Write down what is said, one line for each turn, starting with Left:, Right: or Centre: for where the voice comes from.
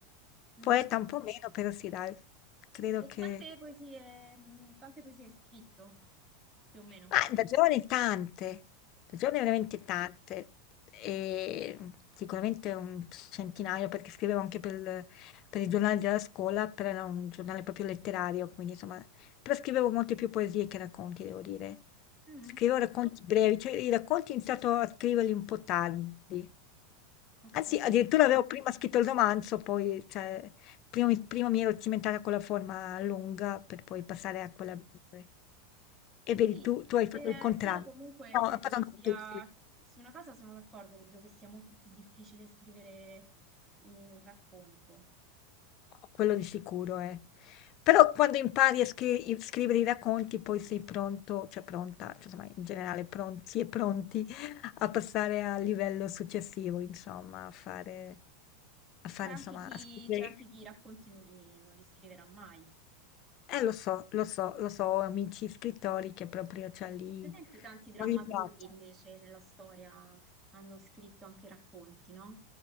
Right: mm.
Left: poeta un po' meno, però sì, dai, credo
Right: E
Left: che
Right: quante poesie, mm, quante poesie hai scritto, più o meno?
Left: Ma da giovane tante, da giovane veramente
Right: Mm.
Left: tante, e sicuramente un centinaio perché scrivevo anche per, il per il giornale della scuola, però era un giornale proprio letterario, quindi insomma, però scrivevo molte più poesie che racconti, devo dire.
Right: Mm.
Left: Scrivevo racconti brevi, cioè i racconti ho iniziato a scriverli un po' tardi.
Right: Ok.
Left: Anzi,
Right: Eh,
Left: addirittura avevo prima scritto il romanzo, poi cioè, Prima mi prima mi ero cimentata con la forma lunga per poi passare a quella breve. E vedi,
Right: sì.
Left: tu tu hai
Right: Eh,
Left: fatto il contrario.
Right: io comunque
Left: No,
Right: credo
Left: ha fatto
Right: che
Left: anche
Right: sia,
Left: tu, sì.
Right: su una cosa sono d'accordo, credo che sia molto più difficile scrivere in un racconto.
Left: Quello di sicuro, eh. Però quando impari a scri- scrivere i racconti, poi sei pronto, cioè pronta, cioè, insomma, in generale pronti e pronti a passare al livello successivo, insomma, a fare, a fare,
Right: C'è anche
Left: insomma,
Right: chi,
Left: a scrivere.
Right: c'è anche chi i racconti non li non li scriverà mai.
Left: Eh, lo so, lo so, lo so, ho amici scrittori che proprio, cioè, lì
Right: Per esempio, tanti drammaturghi
Left: non gli piace.
Right: invece nella storia hanno scritto anche racconti, no?